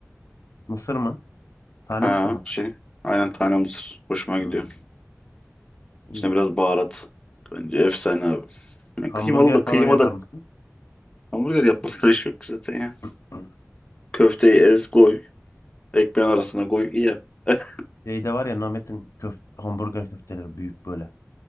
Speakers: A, on the left; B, on the left.
A: Mısır mı? Tane
B: Ha
A: mısır mı?
B: şey. Aynen tane mısır. Hoşuma
A: Hmm.
B: gidiyor.
A: İyi.
B: İçine biraz baharat. Bence efsane abi. Yani
A: Hamburger
B: kıymalı da
A: falan
B: kıyma
A: yapar
B: da
A: mısın?
B: hamburger yapmasına iş yok zaten ya.
A: <clears throat>
B: Köfteyi ez koy. Ekmeğin arasına koy ye. <laughs>
A: Şeyde var ya Namet'in köf hamburger köfteleri büyük böyle.